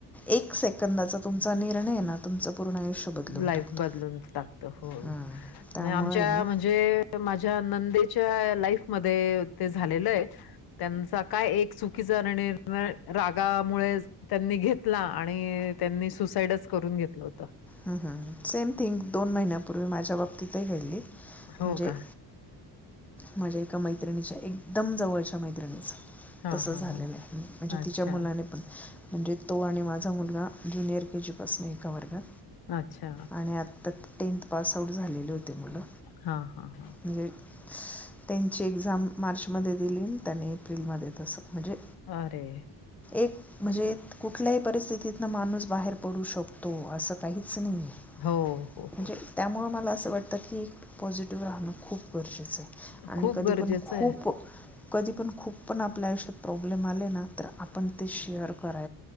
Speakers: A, in the centre; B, on the left (about 65°).
A: एक सेकंदाचा तुमचा निर्णय ना तुमच पूर्ण आयुष्य बदलून
B: लाईफ
A: टाकतो
B: बदलून टाकत. हो
A: हम्म. त्यामुळे
B: आमच्या
A: आहे ना
B: म्हणजे माझ्या नंदेच्या लाईफ मध्ये ते झालेल आहे त्यांचा काय एक चू- <inaudible> आणि रागामुळे. त्यांनी घेतला आणि त्यांनी सुसाइडच करून घेतलं होतं.
A: हम हम सेम थिंग दोन महिन्यापूर्वी माझ्या बाबतीतही घडली.
B: हो
A: म्हणजे
B: का.
A: माझ्या एका मैत्रिणीच्या एक एकदम जवळच्या मैत्रिणीचं
B: हां,
A: तसं
B: हां,
A: झालेलं
B: हां.
A: आहे म्हणजे
B: अच्छा,
A: तिच्या मुलाने पण म्हणजे तो आणि माझा मुलगा ज्युनियर के जी पासून एका वर्गात
B: अच्छा!
A: आणि आत्ता टेंथ पास आउट झालेले होते मुलं
B: हां, हां, हां.
A: म्हणजे त्यांची एक्झाम मार्चमध्ये दिली त्यांनी एप्रिलमध्ये तसं म्हणजे
B: अरे!
A: एक म्हणजे कुठल्याही परिस्थितीत ना माणूस बाहेर पडू शकतो असं काहीच नाही आहे
B: हो, हो,
A: म्हणजे
B: हो.
A: त्यामुळं मला असं वाटतं की पॉझिटिव्ह राहणं खूप गरजेचं आहे. आणि
B: खूप
A: कधी
B: गरजेचं
A: पण खूप
B: आहे.
A: कधी पण खूप पण आपल्या आयुष्यात प्रॉब्लेम आले ना तर आपण ते शेअर कराय